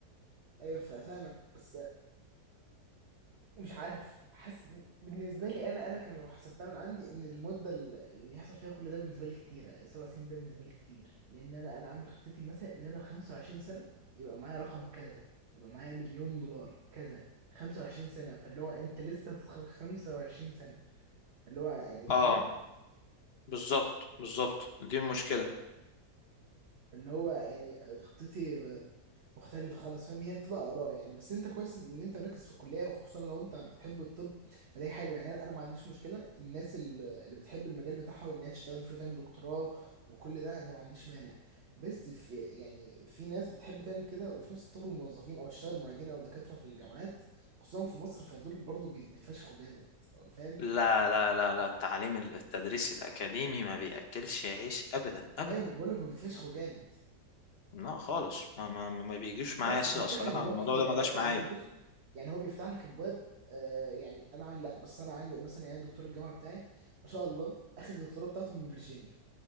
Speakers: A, on the right; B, on the left.
A: ايوه فا- فاهمك بس مش عارف حاسس إن- بالنسبه لي انا انا كان لو حسبتها من عندي ان المده ال- اللي يحصل فيها كل ده بالنسبه لي كتيره السبع سنين ده بالنسبه لي كتير لان انا انا عامل خطتي مثلا ان انا 25 سنه يبقى معايا رقم كذا يبقى معايا مليون دولار كذا 25 سنه فاللي هو انت لسه هتدخل 25 سنه اللي هو يعني
B: اه
A: فاهم
B: بالظبط بالظبط دي المشكلة
A: اللي هو يعني خطتي مختلفة خالص فاهم هي بتبقى آراء يعني بس أنت كويس إن أنت مركز في الكلية وخصوصا لو أنت بتحب الطب فده حلو يعني أنا أنا ما عنديش مشكلة الناس ال- اللي بتحب المجال بتاعها وإن هي تشتغل فيه وتعمل دكتوراه وكل ده أنا ما عنديش مانع بس في يعني في ناس بتحب تعمل كده وفي ناس تخرج موظفين أو تشتغل معيدين أو دكاترة في الجامعات خصوصا في مصر فدول برضه بيت- بيتفشخوا جامد فاهم
B: لا لا لا لا التعليم التدريس الأكاديمي ما بيأكلش عيش أبدا أبدا
A: أيوة بقول لك ما بيتفشخوا جامد
B: لا خالص ما ما ما بيجيش معايا
A: بس
B: الص-
A: بيفتح
B: الصراحة
A: لك ابواب
B: الموضوع
A: كتيره
B: ده ما
A: لا
B: جاش
A: يعني
B: معايا
A: انا بص يعني هو بيفتح لك ابواب آه يعني انا عندي لا بس انا عندي مثلا يعني دكتور الجامعه بتاعي ما شاء الله اخذ الدكتوراه بتاعته من فيرجينيا